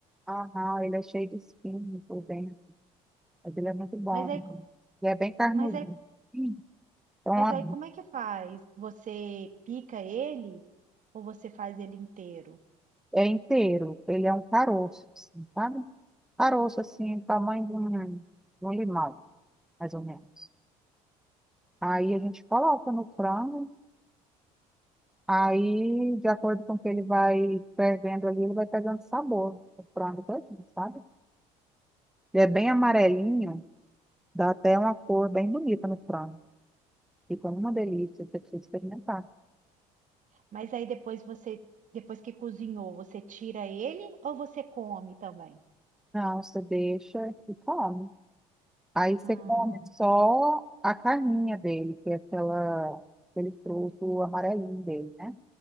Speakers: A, in the centre; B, on the right.
A: Aham, ele é cheio de espinho por dentro, mas ele é muito bom.
B: Mas aí,
A: Ele é bem carnudinho.
B: mas aí,
A: Sim. Então,
B: mas
A: a-
B: aí como é que faz? Você pica ele ou você faz ele inteiro?
A: é inteiro. Ele é um caroço, assim, sabe? Caroço, assim, tamanho de um, de um limão, mais ou menos. Aí a gente coloca no frango, aí, de acordo com o que ele vai fervendo ali, ele vai pegando sabor, o frango todinho, sabe? Ele é bem amarelinho, dá até uma cor bem bonita no frango. Fica uma delícia, você precisa experimentar.
B: Mas aí depois você, depois que cozinhou, você tira ele ou você come também?
A: Não, você deixa e come. Aí você
B: Ah,
A: come só a carninha dele, que é aquela, aquele fruto amarelinho dele, né?